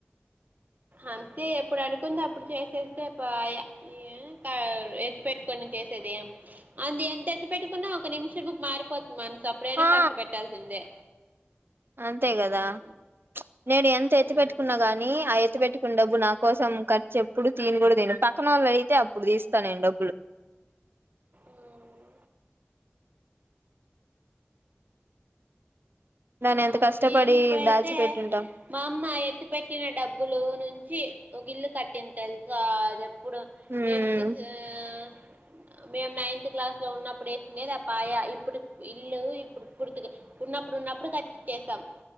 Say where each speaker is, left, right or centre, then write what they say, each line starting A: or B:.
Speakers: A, on the right; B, on the right.
A: అంతే ఎప్పుడు అనుకుంది అప్పుడు చేసేస్తే పాయే <unintelligible> ఎత్తి పెట్టుకొని చేసేదేం అంది ఎత్తి పెట్టుకున్నా ఒక నిమిషముకు మారిపో మనస్ అప్పుడైనా
B: ఆ
A: ఖర్చు పెట్టాల్సిందే
B: అంతే కదా
A: ఉమ్
B: చ్ నేను ఎంత ఎత్తు
A: ఉమ్
B: పెట్టుకున్నా గాని ఆ ఎత్తి పెట్టు కున్న డబ్బు నా కోసం ఖర్చు ఎప్పుడు తియ్యను కూడా తీను పక్కనవోళ్ళదయితే అప్పుడు తీస్తాను నేను డబ్బులు
A: ఉమ్
B: దాన్ని
A: ఆ
B: ఎంత కష్టపడి
A: మేమి ఇప్పుడైతే
B: దాచిపెట్టుంటాం
A: మా అమ్మ ఎత్తి పెట్టిన డబ్బులు నుంచి ఒక ఇల్లు కట్టింది తెలుసా అది ఎప్పుడు
B: హ్మ్
A: మేము సిక్స్ ఆ మేమ్ నైన్త్ క్లాస్ లో ఉన్నప్పుడు ఏసిందే ఆ పాయ ఇప్పుడు ఇల్లు ఇప్పుడు పుర్తిగా ఉన్నప్పుడు ఉన్నప్పుడు కట్ట్చేశాం